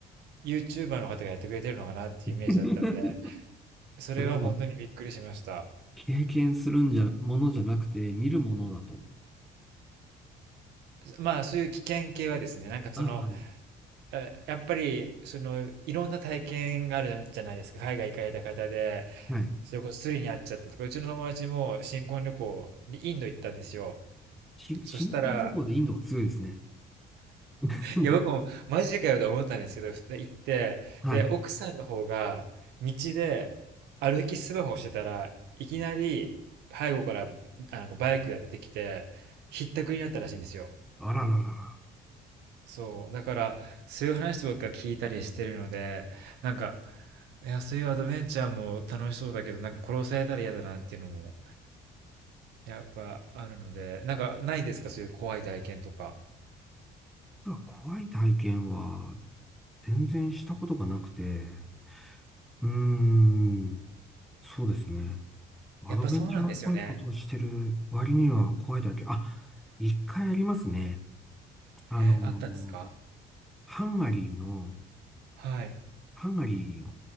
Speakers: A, on the right; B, in the centre.
A: YouTuber の方がやってくれてるのかなっていうイメージだったんで、
B: <laughs>
A: それは本当にびっくりしました。
B: それはもう、経験するんじゃ、ものじゃなくて、見るものだと。
A: まあ、そういう危険系はですね、なんかその、
B: ああ、はい。
A: えやっぱり、その、いろんな体験があるじゃないですか。海外行かれた方で、
B: はい。
A: それこそスリに会っちゃったとか、うちの友達も新婚旅行にインド行ったんですよ。
B: し新新婚旅行でインドは強いですね。
A: そしたら、
B: <laughs>
A: いや、僕もマジかよと思ったんですけど、普通に行って、
B: はい。
A: で、奥さんの方が道で歩きスマホをしてたらいきなり背後からあのバイクやってきて、ひったくりになったらしいんですよ。
B: あらららら。
A: そう、だから、そういう話とか聞いたりしてるので、なんか、いや、そういうアドベンチャーも楽しそうだけど、なんか殺されたら嫌だなっていうのも、やっぱあるので、なんかないですかそういう怖い体験とか。
B: まあ怖い体験は全然したことがなくて、うーん、そうですね。アドベンチャーっぽいことをしてる割には怖い体験。
A: やっぱそうなんですよね。
B: あ、一回ありますね。あの、
A: え、あったんですか
B: ハンガリーの、
A: はい。
B: ハンガリー、